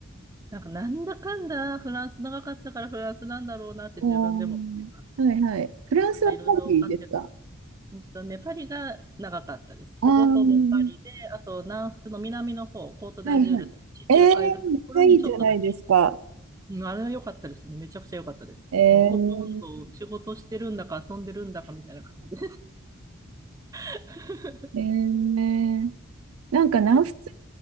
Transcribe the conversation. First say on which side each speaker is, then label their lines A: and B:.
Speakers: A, on the right; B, on the right.
A: なんかなんだかんだフランス長かったからフランスなんだろうなって自分でも思います。
B: おー、はいはい。フランスはパリですか
A: なんかいろいろあってた。うんとね、パリが長かったです。
B: ああー、
A: ほぼほぼパリで、あと南仏の南の方、コートダジュールとか地中海沿いのところにちょっとだけ。
B: はいはい。ええー、めっちゃいいじゃないですか。
A: うん、あれは良かったですね。めちゃくちゃ良かったです。
B: えー、
A: もうほとんど仕事してるんだか遊んでるんだかみたいな感じで。<laughs>
B: えー、なんか南仏、
A: うん。